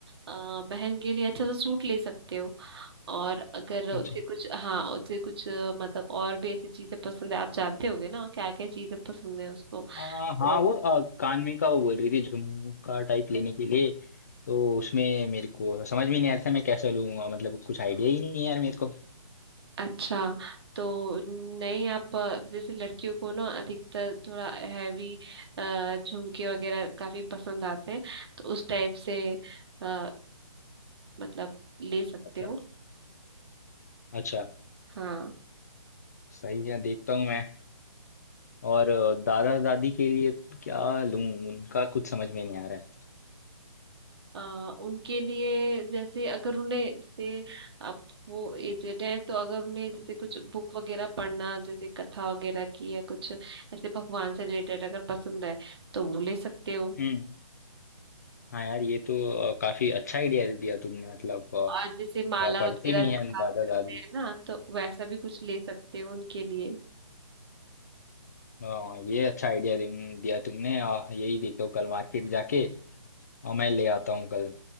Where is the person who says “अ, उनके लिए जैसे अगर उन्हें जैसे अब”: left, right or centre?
Right